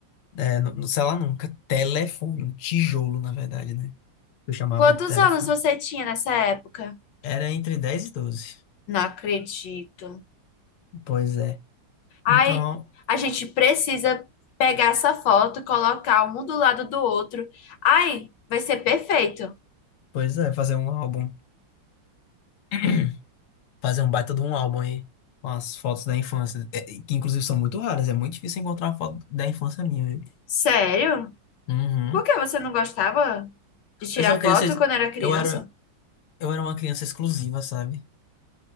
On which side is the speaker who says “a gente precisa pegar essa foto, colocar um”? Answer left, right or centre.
Left